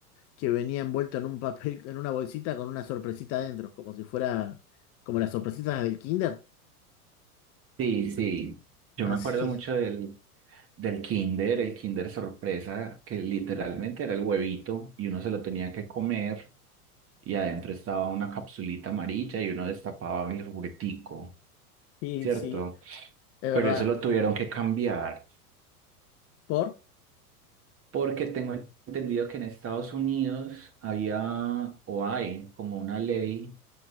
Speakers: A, on the left; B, on the right.
A: que venía envuelto en un papel, en una bolsita con una sorpresita adentro, como si fuera como las sorpresitas del Kinder.
B: Sí, sí. Yo
A: Así.
B: me acuerdo mucho del, del Kinder, el Kinder sorpresa, que literalmente era el huevito y uno se lo tenía que comer y adentro estaba una capsulita amarilla y uno destapaba el juguetico,
A: Sí,
B: ¿cierto?
A: sí, es verdad.
B: Pero eso lo tuvieron que cambiar
A: ¿Por?
B: porque tengo entendido que en Estados Unidos había o hay como una ley